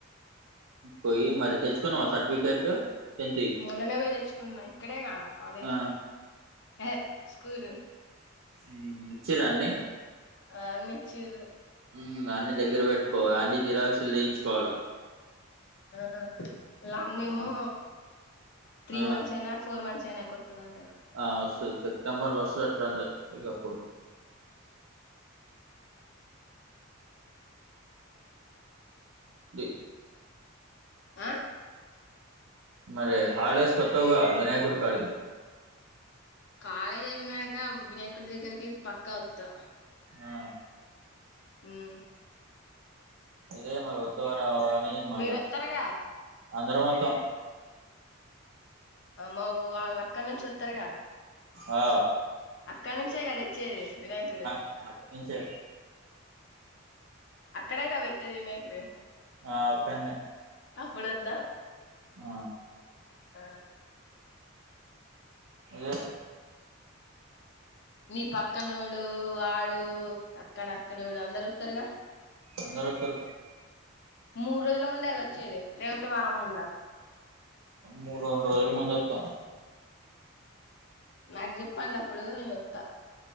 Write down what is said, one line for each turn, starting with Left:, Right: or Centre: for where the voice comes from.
Right: పోయి మరి తెచ్చుకున్నావా సర్టిఫికెట్లు టెన్త్వి
Left: మొన్ననేపోయి తెచ్చుకున్నా ఇక్కడే గ కాలేజ్
Right: ఆ
Left: ఎహె స్కూల్
Right: ఉమ్ ఇచ్చిరా అన్ని
Left: ఆ అన్నిచ్చీరు
Right: ఉమ్ అన్ని దగ్గర పెట్టుకో అన్ని జిరాక్సులు దియించుకోవాల
Left: ఆ లాంగ్ మెమో
Right: ఆ
Left: త్రీ
Right: ఆ
Left: మంత్స్ ఏనా ఫోర్ మంత్స్ అయినాక వొత్తది అంటగా
Right: ఆ వస్తదివస్తది సెప్టెంబర్ లో వస్తది అట్ంది ఇగప్పుడు డి
Left: ఆ
Right: మరి హాలిడేస్ కి వత్తవుగా వినాయకుడికాడికి
Left: కాలేజ్ అయిపోయినాక వినయకుడి దగ్గరికి పక్కా వత్తా
Right: ఆ
Left: ఉమ్
Right: అదే మరి ఒత్తవ రావ అని మళ్ళా
Left: మీరు వత్తారుగా
Right: అందరం ఒత్తం
Left: అమ్మవో వాళ్ళ అక్కడ నుంచి వత్తారుగా
Right: ఆ
Left: అక్కడ నుంచే కద తేచ్చేది వినాయకుడు
Right: అటు నుంచే
Left: అక్కడేగా పెట్టేది వినాయకుడు
Right: ఆ అక్కడనే
Left: అప్పుడు వద్దాం
Right: ఆ
Left: ఆ
Right: ఆదే
Left: నీ పక్కనోడు వాడు అక్కడ అక్కడోడు అందరు వత్తారుగా
Right: అందరు వత్తరు
Left: మూడు రోజుల ముందేగ వచ్చేది లేకపోతే వారం ముందా
Right: మూడు రెండు రోజుల ముందు వస్తాం
Left: నాక్ చెప్పండి అప్పుడు నేనోత్త